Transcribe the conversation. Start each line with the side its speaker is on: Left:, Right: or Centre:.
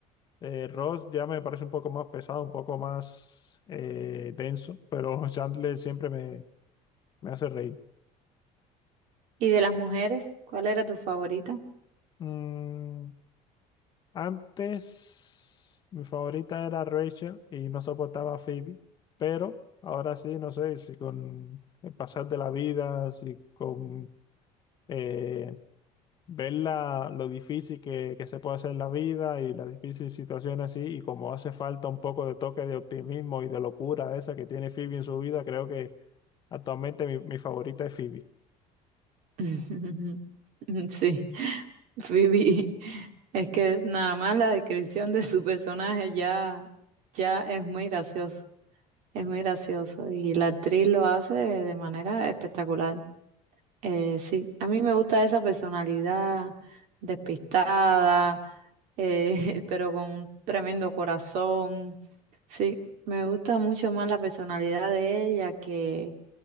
Left: eh, Ross ya me parece un poco más pesado, un poco más eh, denso, pero <laughs> Chandler siempre me, me hace reír.
Right: ¿Y de las mujeres, cuál era tu favorita?
Left: Mm, antes mi favorita era Rachel y no soportaba a Phoebe, pero ahora sí, no sé, si con el pasar de la vida, si con eh, ver la- lo difícil que, que se puede hacer la vida y las difíciles situaciones así, y como hace falta un poco de toque de optimismo y de locura esa que tiene Phoebe en su vida, creo que actualmente mi, mi favorita es Phoebe.
Right: <laughs> Sí. <laughs> Phoebe, es que nada más la descripción de su personaje ya, ya es muy gracioso, es muy gracioso y la actriz lo hace de manera espectacular. Eh, sí, a mí me gusta esa personalidad despistada, eh, <laughs> pero con un tremendo corazón. Sí, me gusta mucho más la personalidad de ella que,